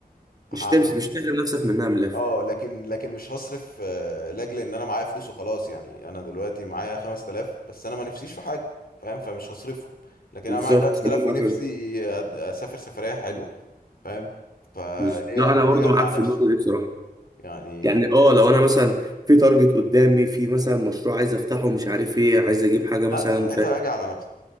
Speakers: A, on the left (about 70°); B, on the right (about 25°).
A: هعمل
B: مش تمس مش تحرم نفسك منها من الاخر
A: اه لكن لكن مش هصرف آه، لاجل ان انا معايا فلوس وخلاص يعني انا دلوقتي معايا 5000 بس انا ما نفسيش في حاجه فاهم فمش هصرفهم لكن
B: بالظبط
A: انا معايا 5000
B: خليني معاك
A: ونفسي أد- اسافر سفريه حلوه فاهم فليه
B: بز- لا انا برضو
A: ليه امنع
B: معاك
A: نفسي
B: في النقطه دي بصراحه
A: يعني
B: يعني اه لو انا مثلا في تارجت قدامي في مثلا مشروع عايز افتحه مش عارف ايه عايز اجيب حاجه
A: لا
B: مثلا
A: ساعتها
B: ف
A: هاجي على نفسي